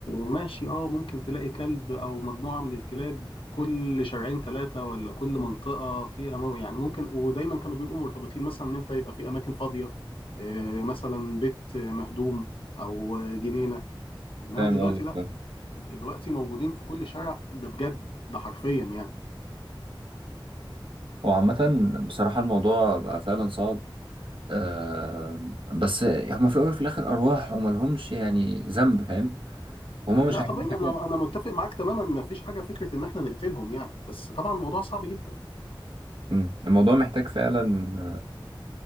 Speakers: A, on the left; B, on the right.
A: ماشي اه ممكن تلاقي كلب او مجموعة من الكلاب كل شارعين ثلاثة ولا كل منطقة فيها مو- يعني ممكن ودايما كانوا بيبقوا مرتبطين مثلا ان انت يبقى في اماكن فاضية آه، مثلا بيت مهدوم او جنينة انما
B: فاهم
A: دلوقتي
B: قصدك
A: لا
B: فاهم.
A: دلوقتي موجودين في كل شارع ده بجد ده حرفيا يعني
B: هو عامة بصراحة الموضوع بقى فعلا صعب آه... بس هما في الأول وفي الآخر أرواح وملهمش يعني ذنب فاهم هما مش
A: لا
B: عايزين
A: طبيعي
B: حاجة
A: انا انا متفق معاك تماما ما فيش حاجة فكرة ان احنا نقتلهم يعني بس طبعا الموضوع صعب جدا
B: مم. الموضوع محتاج فعلا م-